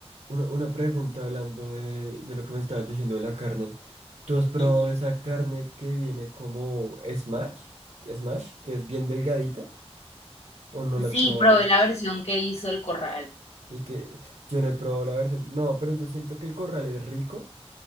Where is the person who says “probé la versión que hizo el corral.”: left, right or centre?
Left